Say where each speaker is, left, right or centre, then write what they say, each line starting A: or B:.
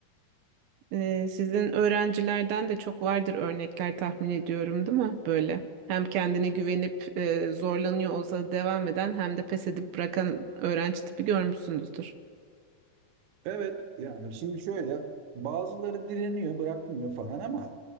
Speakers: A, on the right; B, on the right.
A: Ee, sizin öğrencilerden de çok vardır örnekler tahmin ediyorum, değil mi? Böyle. Hem kendine güvenip e, zorlanıyor olsa devam eden hem de pes edip bırakan öğrenci tipi görmüşsünüzdür.
B: Evet yani şimdi şöyle bazıları direniyor bırakmıyor falan ama